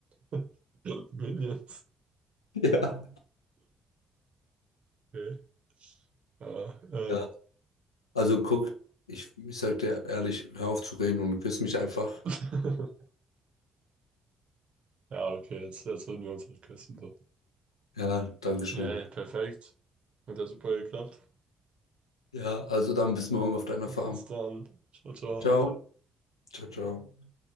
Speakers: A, on the right; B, on the left.
A: <laughs> Minions.
B: <laughs> Ja.
A: Okay. Ja, äh.
B: Ja. Also guck, ich, ich sag dir ehrlich, hör auf zu reden und küss mich einfach.
A: <laughs> Ja, okay, jetzt, jetzt würden wir uns halt küssen so.
B: Ja, Dankeschön.
A: Ja, hey, perfekt. Hat ja super geklappt.
B: Ja, also dann bis morgen auf deiner Farm.
A: Bis dann. Ciao, ciao.
B: Ciao. Ciao, ciao.